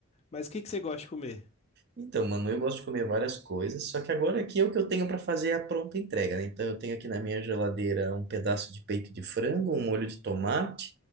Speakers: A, on the left (about 30°); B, on the right (about 50°).
A: Mas o que que você gosta de comer?
B: Então, mano, eu gosto de comer várias coisas, só que agora aqui é o que eu tenho para fazer é a pronta entrega, né? Então, eu tenho aqui na minha geladeira um pedaço de peito de frango, um molho de tomate,